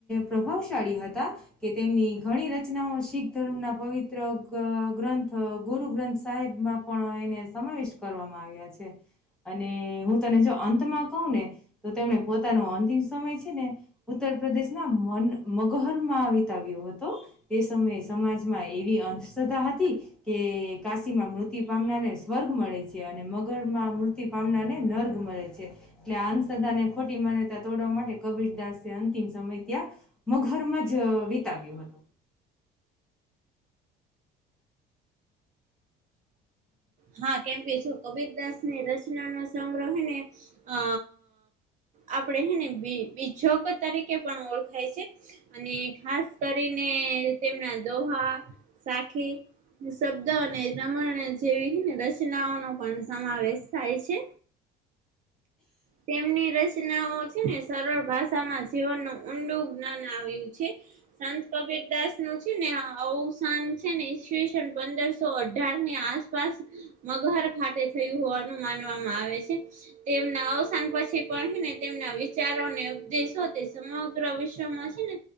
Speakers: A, in the centre; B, on the right.
A: પ્રભાવશાળી હતા કે તેમની ઘણી રચનાઓ શીખ ધર્મના પવિત્ર <unintelligible> ગુરુ સાહેબ માં પણ એને સમાવિષ્ટ કરવામાં આવ્યા છે અને હું તને જો અંતમાં કહું ને તો તેમને પોતાનો અંતિમ સમય છે ને ઉત્તર પ્રદેશના મ <unintelligible> મગહરમાં વિતાવ્યો હતો સમયે એવી અંધધા કે કાશીમાં મૃત્યુ પામનારને સ્વર્ગ મળે છે અને મગરમાં મૃત પામનાને નર્ગ મળે છે એટલે અંશદાને ખોટી માન્યતા તોડવા માટે કબીરદાસ અંતિમ સમય ત્યાં મુ ઘરમાં જ અ વિતાવ્યું હતું. <inaudible> <unintelligible>
B: હા કેમ કે જો કબીરદાસ ને રચના નો સંગ્રહને હેને અ આપડે હે ને બી બીછોક અ તરીકે પણ ઓળખાય છે. અને ખાસ કરીને તેમના દોહા સાખી શબ્દ અને <unintelligible> જેવીને રચનાઓનો પણ સમાવેશ થાય છે. તેમની રચનાઓ છે ને સરળ ભાષામાં જીવનનું ઊંડું જ્ઞાન આવ્યું છે. સંત કબીરદાસ નું છે ને અવ અવસાન છે ને ઈસવીસન પંદરસો અઢારની આસ પાસ મગર ખાતે થયું હોવાનું માનવામાં આવે છે તેમના નુકસાન પછી પણ હેને તેમના વિચારોને ઉપદેશો તે સમગ્ર વિશ્વમાં છે ને